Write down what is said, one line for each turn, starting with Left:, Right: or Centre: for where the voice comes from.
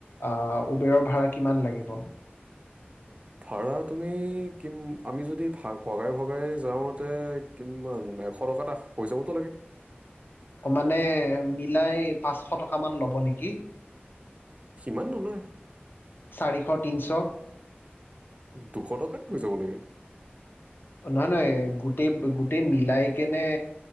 Left: আহ উবেৰৰ ভাড়া কিমান লাগিব।
Right: ধৰা তুমি কিম আমি যদি ভ ভগাই ভগাই যাওঁতে কিম। উ এশ টকা এটা হৈ যাবতো লাগে।
Left: মানে মিলাই পাঁচশ টকামান ল'ব নেকি?
Right: সিমান নহয়
Left: চাৰিশ তিনিশ।
Right: দুশ টকাতে হৈ যাব লাগে।
Left: নহয় নহয় গোটেই গোটেই মিলাই কেনে